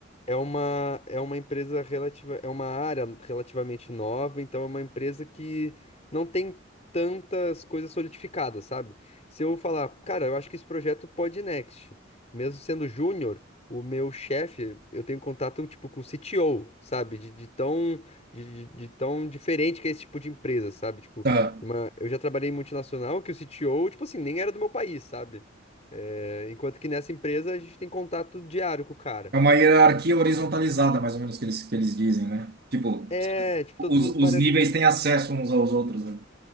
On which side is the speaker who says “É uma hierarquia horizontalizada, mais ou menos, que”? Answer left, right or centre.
Right